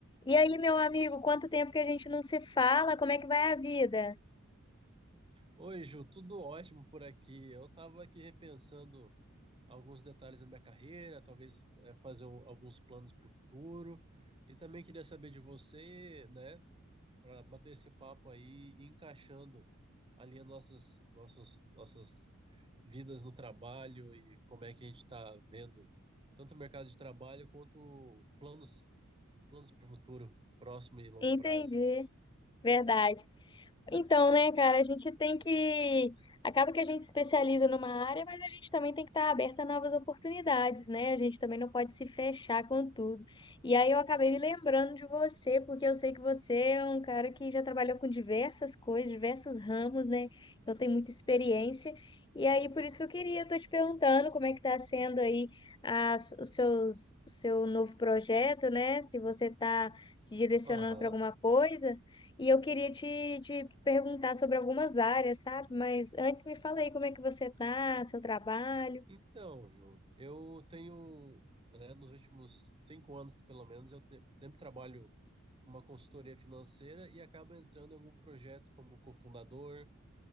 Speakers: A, on the left; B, on the right.
A: E aí, meu amigo, quanto tempo que a gente não se fala? Como é que vai a vida?
B: Oi, Ju, tudo ótimo por aqui. Eu estava aqui repensando alguns detalhes da minha carreira, talvez eh, fazer um- alguns planos para o futuro. E também queria saber de você, né, para bater esse papo aí e encaixando ali as nossas, nossos, nossas vidas no trabalho e como é que a gente está vendo tanto o mercado de trabalho quanto planos, planos para o futuro, próximo e longo
A: Entendi,
B: prazo.
A: verdade. Então, né, cara, a gente tem que. Acaba que a gente especializa numa área, mas a gente também tem que estar aberta a novas oportunidades, né? A gente também não pode se fechar com tudo. E aí eu acabei me lembrando de você, porque eu sei que você é um cara que já trabalhou com diversas coisas, diversos ramos, né? Então tem muita experiência. E aí, por isso que eu queria, eu tô te perguntando como é que tá sendo aí as, os seus, o seu novo projeto, né? Se você tá se direcionando
B: Aham.
A: para alguma coisa. E eu queria te, te perguntar sobre algumas áreas, sabe? Mas antes me fala aí como é que você tá, seu trabalho.
B: Então, Ju, eu tenho, né, nos últimos cinco anos, pelo menos, eu se- sempre trabalho com uma consultoria financeira e acabo entrando em algum projeto como cofundador